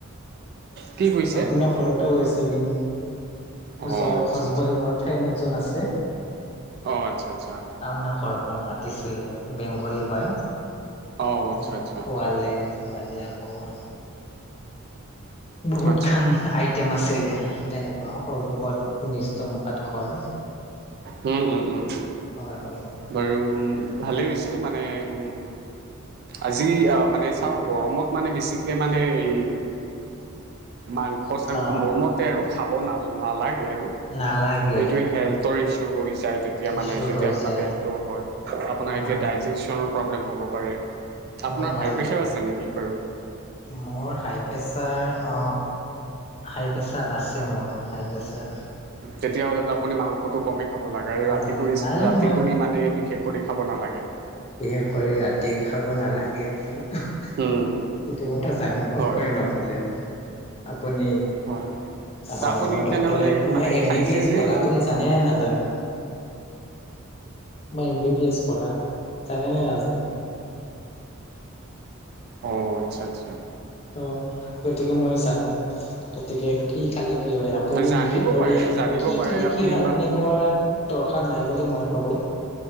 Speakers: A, on the right; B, on the left.
A: কি কৈছে?
B: আপোনাৰ ঘৰতে গৈছিলো
A: অ'
B: জয়
A: আচ্ছা
B: খজবাৰি
A: আচ্ছা।
B: মৰ ফ্ৰেন একজন আছে।
A: অঁ আচ্ছা আচ্ছা।
B: টাউনা ঘৰত মোক মাতিছিলে বেংগলী হয়ঁ।
A: অ' আচ্ছা
B: মোক
A: আচ্ছা
B: খোৱালে ধুৱালে আকৌ- বহুত
A: আচ্ছা
B: খান আইটেম আছিলে তেনেকুৱা সৰভকত নিষ্ট মকাত ঘৰ।
A: উমঁ উমঁ উমঁ উমঁ
B: হয় হয়
A: বাৰু উমঁ ভালেই
B: আৰু
A: হৈছে মানে উমঁ। আজি মানে চাওঁ গৰমত মানে বেছিকে মানে এই মাংস চাংস
B: অ
A: মোৰ মতে আৰু খাব ন নালাগে আৰু সেইটোৱে
B: নালাগে
A: হেল। হৈছো হৈ যায় তেতিয়া
B: ইছ্যু
A: মানে তেতিয়া
B: হৈ
A: আপোনাৰ
B: যায়
A: পেট হয় আপোনাৰ
B: উম
A: এতিয়া দাইজিচনৰ প্ৰৱলেম হ'ব পাৰে
B: হ'ব
A: আপোনাৰ
B: পাৰে
A: হাই প্ৰেছাৰ আছে নেকি বাৰু।
B: মোৰ হাই প্ৰেছাৰ অ হাই প্ৰেছাৰ আছে মোৰ। হাই পেছাৰ।
A: তেতিয়া হ'লেতো আপুনি মাংসটো কমেই খাব লাগে আৰু ৰাতি
B: নালাগে
A: কৰি
B: নাই
A: ৰাতি
B: মই
A: কৰি মানে বিশেষ কৰি খাব নালাগে।
B: বিশেষক কৈ ৰাতি খাব নালাগে মই সটো
A: উম
B: সেইটো কথা জানো
A: হয়
B: আপুনি নকলেও। আপুনি
A: হয় ত
B: হয়
A: আপুনি
B: মই ডক্টৰেট
A: তেনেহ'লে মানে
B: মই এম
A: খাইছে
B: বি বি এছ।
A: যে এইটো
B: জানে নে নাজানে? মই এম বি বি এছ পঢ়া জানে নে নাজানে।
A: অঁ আচ্ছা আচ্ছা।
B: তো গতিকে মই জানো গতিকে- কি খালে কি হয় আপুনি
A: জানিব
B: বিশেষ কৰি
A: পাৰে জানিব
B: কি
A: পাৰে
B: খালে কি হয়
A: বাট
B: আপুনি কৰাত দৰকাৰ নাই বুলি মই ভাবোঁ।